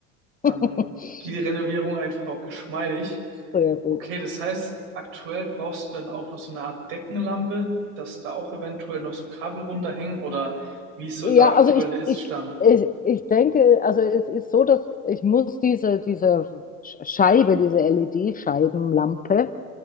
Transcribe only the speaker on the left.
<laughs>
Sehr gut.
Ja,
also ich,
ich, ich, ich denke, also es ist so, dass ich muss diese, diese Sch- Scheibe, diese LED-Scheibenlampe